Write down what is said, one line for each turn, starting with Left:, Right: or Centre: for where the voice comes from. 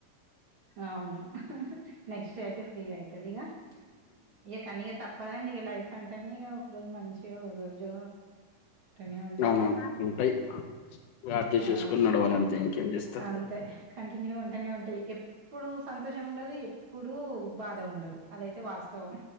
Right: అవును నెక్స్ట్ డే అయితే ఫ్రీ అవుతుది ఇక ఇక కనీగా తప పదండి ఇక లైఫ్ అంటేనే ఇక ఒక రోజు మంచిగా ఒక రోజు అనే ఉంటాయి
Left: అవునవును ఉంటాయి గాడ్ చేసేసుకుని
Right: ఆ
Left: నడవాలి అంతే ఇంకేం చేస్తారు
Right: అంతే కంటిన్యూ ఉంటేనే ఉంటాయి ఎప్పుడు సంతోషం ఉండదు ఎప్పుడు బాధ ఉండదు అదయితే వాస్తవం